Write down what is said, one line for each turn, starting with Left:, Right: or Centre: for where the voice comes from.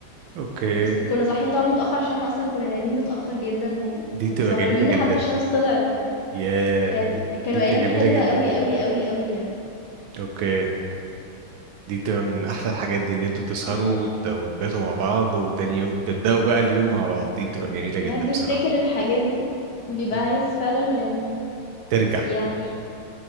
Right: اوكي
Left: بس كنا صاحيين طبعا متأخر عشان احنا أصلا كنا نايمين متأخر جدا
Right: دي
Left: كنا
Right: بتبقى
Left: سهرانين
Right: جميله جدا
Left: لحد ما الشمس طلعت يعني
Right: يا
Left: كانت
Right: دي
Left: كانوا
Right: دي
Left: أيام
Right: بتبقى جميله
Left: حلوة
Right: جدا
Left: أوي
Right: دي
Left: أوي أوي أوي يعني
Right: اوكي دي بتبقى من احلى الحاجات دي ان انتوا تسهروا
Left: امم
Right: وت- وتباتوا مع بعض وتاني يوم تبداوا بقى اليوم مع بعض دي بتبقى جميله جدا
Left: يعني بيفتكر
Right: بصراحه
Left: الحاجات دي بيبقى
Right: مم.
Left: عايز فعلا يعني
Right: ترجع
Left: يعني